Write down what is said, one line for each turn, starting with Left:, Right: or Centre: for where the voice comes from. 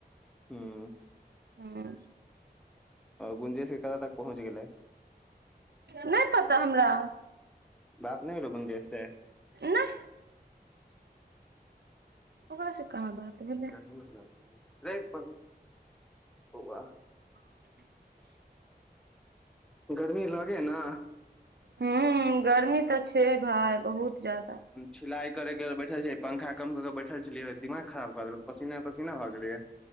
Centre: हूँ
Right: ह
Centre: गुंजे श के कत तक पहुँच गेलै
Right: नहि पता हमरा
Centre: बात नहि भेलो गुंजेश से
Right: नहि ओकरा से कहाँ बात भेलै
Centre: गरमी ल रे प ओव <unintelligible>
Right: <inaudible>
Centre: गरमी लगे है न
Right: ह गर्मी तऽ छै भााय बहुत ज्यदा
Centre: छिलाई करे के बैठल छियै पखा कम क के बैठल छलियै दिमाग खरा बकऽ देलक पसीना पसीना भऽ गेलिये